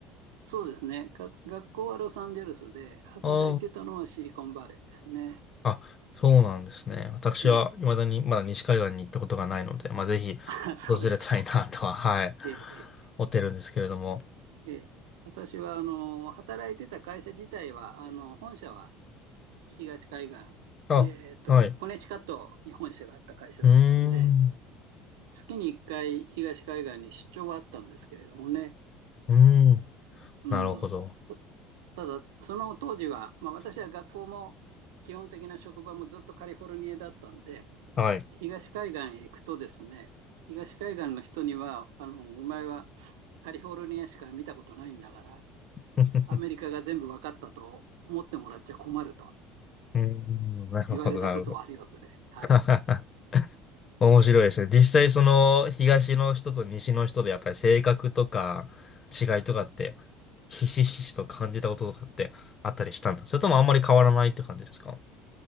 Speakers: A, on the right; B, on the left.
A: そうですね。が学校はロサンゼルスで、働いてたのはシリコンバレーですね。
B: ああ。あ、そうなんですね。私は、
A: えー、
B: 未だに、まだ西海岸に行ったことがないので、まあ、ぜひ、
A: <laughs> あ、そうですか。
B: 訪れたいなとは、<laughs> はい、
A: えーえ
B: 思ってるんですけれども。
A: ーえー私は、あの、働いてた会社自体は、あの、本社は東海岸、
B: あ、
A: えーと、
B: はい。
A: コネチカットに本社があった会社だったので、
B: うーん、
A: 月に1回東海岸に出張はあったんですけれどもね、
B: うーん、
A: うん。
B: なるほど。
A: ただ、その当時は、まあ、私は学校も基本的な職場もずっとカリフォルニアだったんで、
B: はい。
A: 東海岸へ行くとですね、東海岸の人には、あの、お前はカリフォルニアしか見たことないんだから、
B: <laughs>
A: アメリカが全部分かったと思ってもらっちゃ困ると
B: うーん、なるほど、
A: 言われたことはありますね。
B: なるほど。
A: はい。
B: <laughs> 面白いですね。実際その東の人と西の人でやっぱり性格とか違いとかってひしひしと感じたこととかってあったりしたんだ。それともあんまり変わらないって感じですか